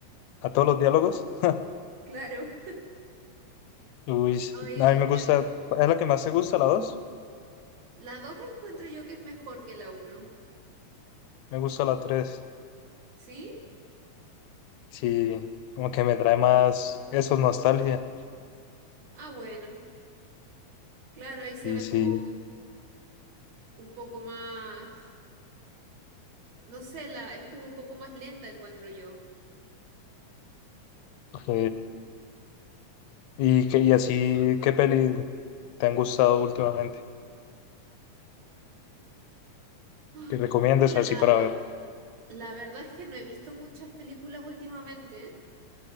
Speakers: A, on the left; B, on the right.
A: a todos los diálogos. <laughs>
B: <laughs> claro.
A: Uy, sí,
B: Ay,
A: a mí me gusta,
B: se-
A: es la que más te gusta, la dos,
B: la 2 encuentro yo que es mejor que la uno
A: Me gusta la tres,
B: ¿sí?
A: Sí, como que me trae más eso, nostalgia.
B: Ah, bueno, claro, ahí se
A: Sí,
B: ve
A: sí.
B: como un poco más No sé, la, es como un poco más lenta, encuentro yo.
A: ok. Y, que, y así, ¿qué peli te han gustado últimamente?
B: Ah,
A: Que recomiendes
B: Mira,
A: así
B: la,
A: para ver.
B: la verdad es que no he visto muchas películas últimamente. He